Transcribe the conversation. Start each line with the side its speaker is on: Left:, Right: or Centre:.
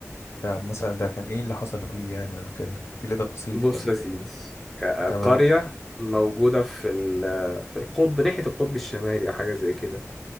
Left: ده مثلا ده كان ايه اللي حصل فيه يعني ولا كده ايه اللي تفاصيل
Centre: بص
Left: كده
Centre: يا سيدي آه،
Left: تمام
Centre: قرية موجودة في ال- في القطب ناحية القطب الشمالي أو حاجة زي كده